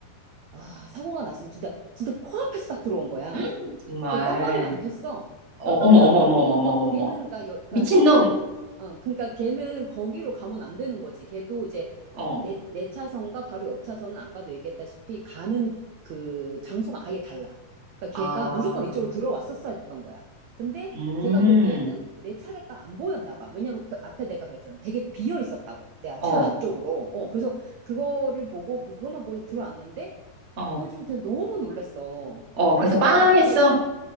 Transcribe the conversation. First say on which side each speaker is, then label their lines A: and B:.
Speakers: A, on the right (about 75°); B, on the right (about 35°).
A: 아, 사고가 났으면 진짜 진짜 코앞에서 딱 들어온 거야.
B: <gasps> 헉, 정말.
A: 그 깜빡이도 안 켰어.
B: 어,
A: 깜빡이도
B: 어머, 어머,
A: 안 켜고
B: 어머, 어머, 어머, 어머, 어머.
A: 걔는 그러니까, 여, 그러니까
B: 미친놈!
A: 어, 그러니까 걔는 거기로 가면 안 되는 거지. 걔도 이제
B: 어,
A: 내, 내 차선과 바로 옆 차선은 아까도 얘기했다시피 가는 그 장소가 아예 달라. 그러니까
B: 아,
A: 걔가 무조건 이쪽으로 들어왔었어야 됐던 거야. 근데
B: 음,
A: 걔가 보기에는 내 차례가 안 보였나 봐. 왜냐면 그 앞에 내가 그랬잖아. 되게 비어 있었다고. 내
B: 어,
A: 차 앞쪽으로. 어, 그래서 그거를 보고 그- 그것만 보고 들어왔는데
B: 어,
A: 그거 주고 진짜 너무 놀랬어.
B: 어,
A: 하여튼
B: 그래서 빵했어.
A: 내가 이렇게 불,